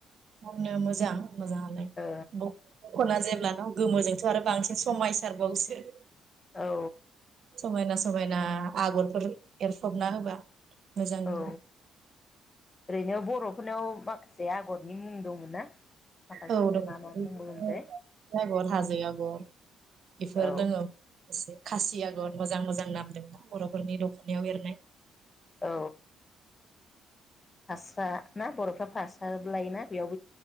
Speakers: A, on the right (about 60°); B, on the left (about 30°).
A: गाननो मोजां मोजाङालाय
B: ओ
A: <unintelligible> द'खना जों अब्लाथ' गोमोजोंथ' आरो बांसिन समायसारबावोसो।
B: औ
A: समायना समायना आगरफोर एरफबना होबा मोजां नुयो।
B: औ ओरैनो बर'फोरनाव माखासे आगरनि मुं दंमोन ना? माखासे
A: औ दं
B: मा मा
A: बिदिनो
B: मुं मोनथाय
A: <unintelligible> आगर हाजो आगर बेफोर
B: औ
A: दोङो एसे। खासि आगर मोजां मोजां नामदोंना बर'फोरनि दख'नायाव एरनाय।
B: औ फास्रा ना बर'फ्रा फास्राबो लायोना बेयाव